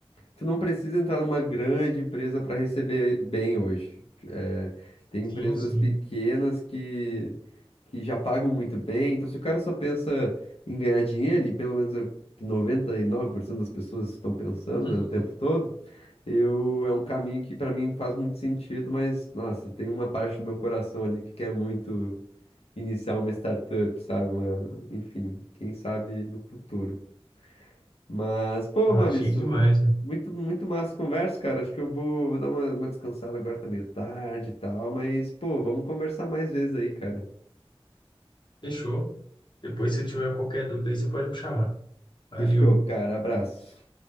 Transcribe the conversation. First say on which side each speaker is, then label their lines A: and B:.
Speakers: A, on the left; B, on the left.
A: Tu não precisa entrar numa grande empresa para receber bem hoje. É, tem
B: Sim,
A: empresas
B: sim.
A: pequenas que, que já pagam muito bem. Então, se o cara só pensa em ganhar dinheiro, e pelo menos é o que 99% das pessoas estão pensando,
B: <laughs>
A: né, o tempo todo, eu, é um caminho que para mim faz muito sentido, mas, nossa, tem uma parte do meu coração ali que quer muito iniciar uma startup, sabe? Uma, enfim, quem sabe no futuro. Mas, pô,
B: Ah,
A: Maurício,
B: chique demais. né?
A: muito, muito massa a conversa, cara. Acho que eu vou, vou dar uma, uma descansada agora, tá meio tarde e tal. Mas, pô, vamos conversar mais vezes aí, cara.
B: Fechou. Depois, se tiver qualquer dúvida aí, você pode me chamar.
A: Fechou,
B: Valeu.
A: cara. Abraço.